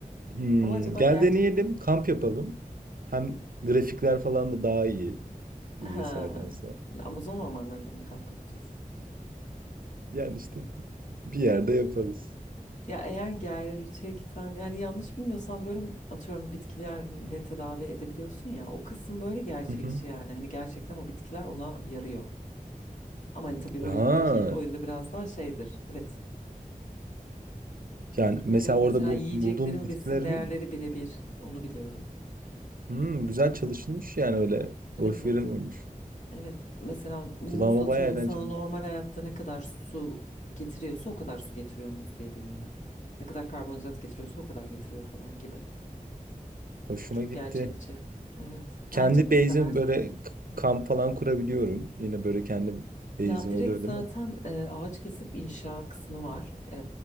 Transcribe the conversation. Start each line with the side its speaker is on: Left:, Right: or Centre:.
Right: Hmm,
Left: Ama acaba
Right: gel
Left: gerçekten
Right: deneyelim, kamp yapalım. Hem grafikler falan da daha iyi bilgisayardansa.
Left: ha, Amazon ormanlarında mı kamp yapacağız? <laughs>
Right: Yani işte bir yerde yaparız.
Left: Ya eğer gerçekten yani yanlış bilmiyorsam böyle atıyorum bitkilerle tedavi edebiliyorsun ya o kısım böyle gerçekçi
Right: Hı hı.
Left: yani hani gerçekten o bitkiler ona yarıyor. Ama hani tabii oyundaki
Right: Aa,
Left: oyunda biraz daha şeydir. Evet.
Right: yani mesela
Left: Evet evet
Right: orada
Left: mesela
Right: bul-
Left: yiyeceklerin
Right: bulduğum bitkilerin
Left: besin değerleri birebir onu biliyorum.
Right: hmm, güzel çalışılmış yani
Left: Evet.
Right: öyle
Left: Evet
Right: boş
Left: evet.
Right: verilmemiş.
Left: Evet. Mesela muz
Right: Kulağıma
Left: atıyorum
Right: bayağı eğlenceli.
Left: sana normal hayatta ne kadar su getiriyorsa o kadar su getiriyor muz yediğinde. Ne kadar karbonhidrat getiriyorsa o kadar getiriyor falan gibi.
Right: Hoşuma
Left: Çok
Right: gitti.
Left: gerçekçi. Evet.
Right: Kendi
Left: Bence de
Right: base'im
Left: seversin.
Right: böyle k-
Left: Hı.
Right: kamp falan kurabiliyorum. Yine böyle kendi base'im
Left: Ya direkt
Right: oluyor
Left: zaten
Right: değil mi?
Left: e, ağaç kesip inşa kısmı var. E,